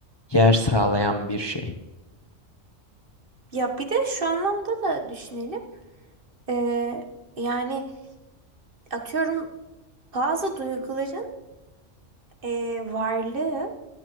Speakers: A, on the left (about 25°); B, on the right (about 45°).
A: yer sağlayan bir şey.
B: Ya bir de şu anlamda da düşünelim. Ee, yani atıyorum bazı duyguların e, varlığı